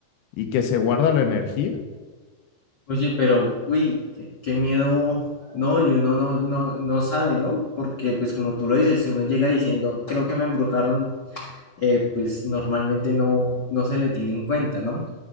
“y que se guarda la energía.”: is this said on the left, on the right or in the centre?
Left